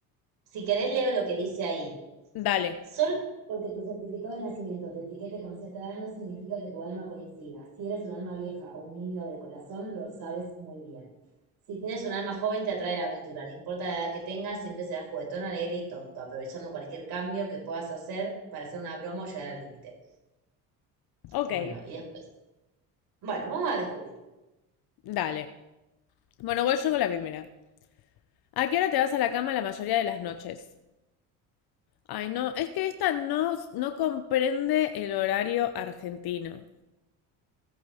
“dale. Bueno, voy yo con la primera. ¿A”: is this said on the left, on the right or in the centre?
Left